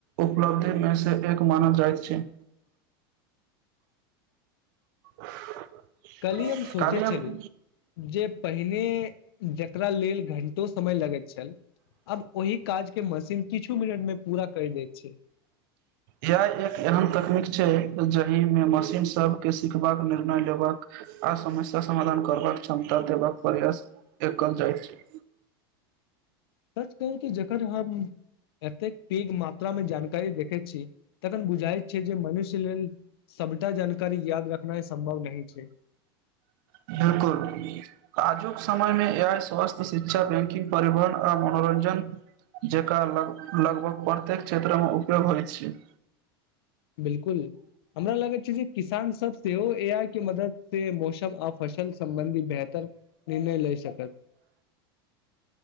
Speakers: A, on the right; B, on the left.
A: उपलब्धि मे सँ एक मानल जाइत छै <inaudible>
B: कलहि हम सोचै
A: काल्हि
B: छलहु
A: हम
B: जे पहिने जेकरा लेल घणटा समय लगैत छल आब ओहि काज के मशीन किछु मिनट मे पूरा कर दैत छै
A: यह एक अहम तकनीक छै जाहिमे मशीन सभके सीखबाक निर्णय लेबाक आ समस्या समाधान करबाक क्षमता देबाक प्रयास एक जाइत छै
B: सच कहू त जखन हम एतेक पैघ मात्रामे जानकारी देखैत छी तखन बुझाइत छै जे मनुष्य लेल सभटा जन कर याद रखिनाइ सम्भव नहि छै
A: बिलकुल आजुक समयमे ए आइ स्वास्थ्य शिक्षा बैंकिंग परिवहन आ मनो मनोरञजन जेका लगभग प्रत्येक क्षेत्रमे उपयोग होइत छै
B: बिल्कुल हमरा लागैत छै जे किसान सब सेहो ए आइ के मदद से मौसम आ फसल सम्बन्धी बेहतर निर्णय लेइ सकत